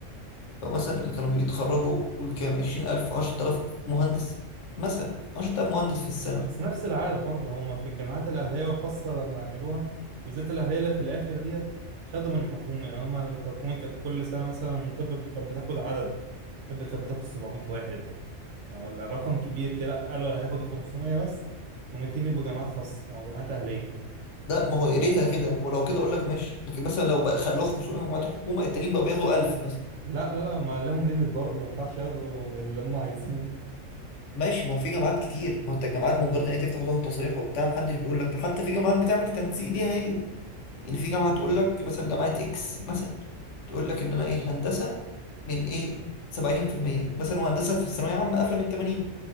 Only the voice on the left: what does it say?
فمثلا اللي كانوا بيتخرجوا قول كام عشرين ألف عشرة آلاف مهندس مثلا عشرة آلاف مهندس في السنة
لا ما هو يا ريتها كده ولو كده اقول لك ماشي لكن مثلا لو بقى خلوه 500 في جامعه الحكومه التانيين بقوا بياخدوا 1000 مثلا
ماشي ما هو في جامعات كتير ما انت الجامعات مجرد ان هي تفتح وتاخد تصريح وبتاع محدش بيقول لك حتى في جامعات بتعمل تنسيق ليها هي يعني في جامعه تقول لك مثلا جامعه اكس مثلا تقول لك ان انا ايه هندسه من ايه 70% مثلا وهندسه في الثانويه عامه قافله من 80